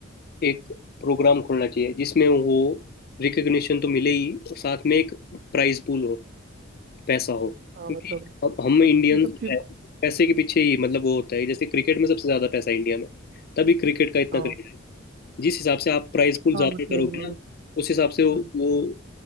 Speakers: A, on the left (about 50°); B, on the right (about 50°).
A: एक प्रोग्राम खोलना चाहिए जिसमें वो रिकग्निशन तो मिले ही और साथ में एक प्राइज पूल हो पैसा हो
B: हाँ
A: क्योंकि
B: मतलब
A: अब हम इंडियंस
B: मतलब सिर्फ
A: हैं पैसे के पीछे ही मतलब वो होता है जैसे क्रिकेट में सबसे ज्यादा पैसा है इंडिया में तभी क्रिकेट का इतना
B: हाँ
A: क्रेज है जिस हिसाब से आप प्राइज पूल
B: हाँ
A: ज्यादा
B: मतलब
A: करोगे ना उस हिसाब से वो,
B: हम्म,
A: वो